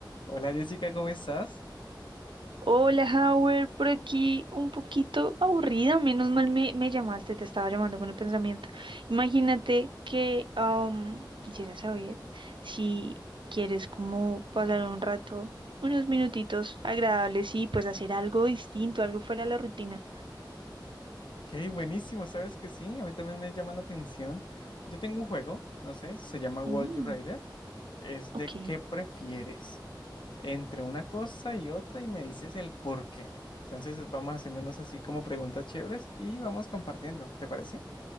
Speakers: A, on the left (about 75°); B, on the right (about 80°).
A: Hola Jessica, ¿cómo estás?
B: Hola, Howard, por aquí un poquito aburrida, menos mal me, me llamaste, te estaba llamando con el pensamiento. Imagínate que am, quisiera saber si quieres como pasar un rato, unos minutitos agradables y pues hacer algo distinto, algo fuera de la rutina.
A: Qué buenísimo, ¿sabes que sí? A mí también me llama la atención. Yo tengo un juego, no sé, se llama World
B: Mm,
A: You Rider. Es
B: ok,
A: de qué prefieres entre una cosa y otra y me dices el por qué. Entonces vamos haciéndonos así como preguntas chéveres y vamos compartiendo, ¿te parece?